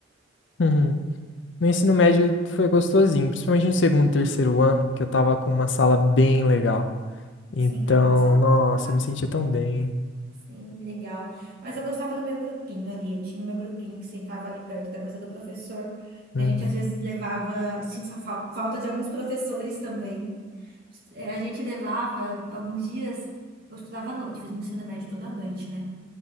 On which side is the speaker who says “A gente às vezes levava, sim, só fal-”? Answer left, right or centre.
Right